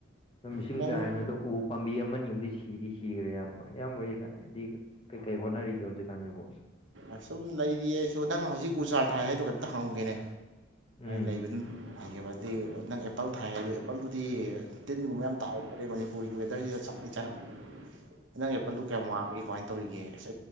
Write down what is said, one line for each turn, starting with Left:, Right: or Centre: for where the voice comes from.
Left: ꯃꯤꯁꯤꯡ
Right: ꯅꯪ
Left: ꯆꯥꯏꯅꯤꯗ ꯎ ꯄꯥꯝꯕꯤ ꯑꯃꯅꯤꯕꯨꯗꯤ ꯁꯤꯗꯤ ꯁꯤꯈ꯭ꯔꯦ ꯑꯌꯥꯝꯕ ꯑꯌꯥꯝꯕꯗꯤ ꯈꯗꯤ ꯀꯩ ꯀꯩ ꯍꯣꯠꯅꯔꯤꯒꯦ ꯍꯧꯖꯤꯛꯀꯥꯟꯁꯤꯕꯨꯣ
Right: ꯑꯁꯨꯝ ꯂꯩꯔꯤꯌꯦ ꯑꯩꯁꯨ ꯅꯪ ꯍꯧꯖꯤꯛ ꯎꯖꯥꯔ ꯊꯥꯏ ꯍꯥꯏꯗꯣ ꯀꯩꯝꯇ ꯍꯪꯒꯦꯅꯦ
Left: ꯎꯝ
Right: ꯂꯩꯕꯗꯨꯅ ꯍꯥꯏꯕꯗꯤ ꯅꯪ ꯑꯦꯄꯜ ꯊꯥꯏ ꯍꯥꯏꯗꯤ ꯃꯜꯗꯨꯗꯤ ꯇꯤꯟꯒꯨꯝꯕ ꯌꯥꯝ ꯇꯥꯏ ꯈꯣꯠꯂꯦ ꯃꯅꯤꯄꯨꯔꯒꯤ ꯋꯦꯗꯔꯁꯤꯗ ꯆꯥꯅꯩ ꯆꯥꯟꯅ ꯅꯪ ꯑꯦꯄꯜꯗꯨ ꯀꯌꯥꯝ ꯋꯥꯡꯒꯦ ꯀꯃꯥꯏ ꯇꯧꯔꯤꯒꯦꯁ